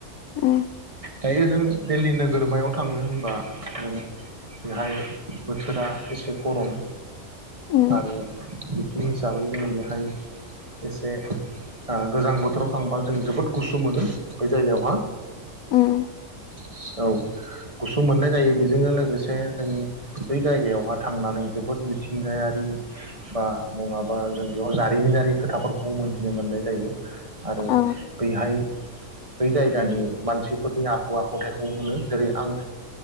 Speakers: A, on the left; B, on the right.
A: उम।
B: दायो जों दिल्ली नोगोरमायाव थांनो होनबा जों बेहाय बोथोरा एसे गरम।
A: उम
B: आरो बिदिनि हिसाबै जोङो बेहाय एसे गोजां बोथोराव थांबा जों जोबोद गुसु मोनो बै जायगायावहा।
A: उम।
B: औ गुसु मोननाय जायो। बेजोंनो लोगोसे जों बै जायगायावहााय थांनानै जोबोद मिथिंगायारि बा नङाबा जों बेवयाव जारिमिनारि खोथाफोरखौ मोनथिनो मोननाय जायो। आरो
A: औ
B: बैहाय बै जायगानि मानसिफोरनि आखु-आ खुथाइखौ मोनो। जेरै आं